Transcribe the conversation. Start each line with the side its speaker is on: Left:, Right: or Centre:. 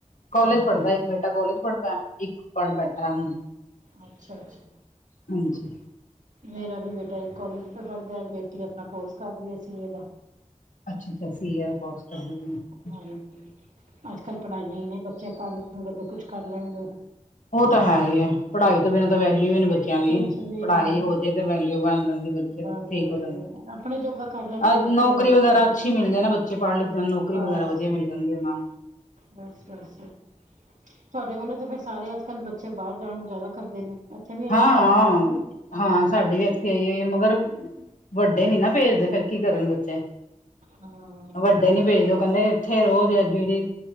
Left: ਕੋਲੇਜ ਪਢ਼ਦਾ ਇੱਕ ਬੇਟਾ ਕੋਲੇਜ ਪਢ਼ਦਾ, ਇੱਕ ਪਢ਼ ਬੈਠਾ ਹੁਣ।
Right: ਅੱਛਾ ਅੱਛਾ।
Left: ਹਾਂਜੀ।
Right: ਮੇਰਾ ਵੀ ਬੇਟਾ, ਇੱਕ ਕੋਲਜ ਚ ਪਢ਼ਦਾ, ਬੇਟੀ ਅਪਨਾ ਕੋਰਸ ਕਰ ਰੀ ਏ ਸੀਏ ਦਾ।
Left: ਅੱਛ, ਠੀਕ ਏ, ਸੀਏ ਦਾ ਕੋਰਸ ਕਰਦੀ ਪਈ
Right: ਹਾਂਜੀ, ਅੱਜਕਲ ਪਢਾ਼ਈਆਂ ਈ ਨੇ ਬੱਚੇ ਪਢ਼ ਲੈਣਗੇ, ਤੇ ਕੁਛ ਕਰ ਲੈਣਗੇ।
Left: ੳ ਤਾਂ ਹੈ ਈ ਏ। ਪਢਾ਼ਈ ਤੇ ਬਿਨਾਂ ਤਾਂ ਵੈਲਊ ਈ ਨੀ ਬੱਚਿਆਂ ਦੀ।
Right: ਕੁਛ ਵੀ
Left: ਪਢਾ਼ਈ
Right: ਨੀ
Left: ਹੋਜੇ ਤੇ ਵੈਲਊ ਬਣ ਜਾਂਦੀ, ਬੱਚੇ
Right: ਬਣ
Left: ਠੀਕ
Right: ਜਾਂਦੀ
Left: ਹੋ ਜਾਂਦੇ।
Right: ਹੈ ਆਪਣੇ ਜੋਗਾ ਕਰ ਲੈਂਦੇ
Left: ਅਹ
Right: ਆ ਬੱਚੇ
Left: ਨੌਕਰੀ
Right: ਹੋਰ
Left: ਵਗੈਰਾ
Right: ਕੀ ਹੈ
Left: ਅੱਛੀ ਮਿਲ ਜੇ ਨਾ ਬੱਚੇ ਪਢ਼ ਲਿਖ ਜਾਨ, ਨੌਕਰੀ
Right: ਬਸ
Left: ਵਗੈਰਾ ਵਧੀਆ ਮਿਲ ਜਾਂਦੀ ੳਨਾਂ ਨੂੰ।
Right: ਬਸ, ਬਸ। ਤੁਹਾਡੇ ਵੱਲੋਂ ਤਾ ਫੇਰ ਸਾਰੇ ਅੱਜ ਕਲ ਬੱਚੇ ਬਾਹਰ ਜਾਨ ਨੂੰ ਜ਼ਿਆਦਾ ਕਰਦੇ ਨੇ। ਏਥੇ ਵੀ ਐਈ
Left: ਹਾਂ
Right: ਹਿਸਾਬ
Left: ਹਾਂ
Right: ਕਰਦੇ ਨੇ।
Left: ਹਾਂ, ਸਾਡੇ ਵੀ ਏਥੇ ਐਈ ਏ, ਮਗਰ ਵੱਡੇ ਨੀ ਨਾ ਭੇਜਦੇ, ਫੇਰ ਕੀ ਕਰਨ ਬੱਚੇ?
Right: ਹਾਂ
Left: ਵੱਡੇ ਨੀ ਭੇਜਦੇ, ਓ ਕਹੰਦੇ, ਏਥੇ ਰਵੋ ਤੇ ਏ ਜੇੜੀ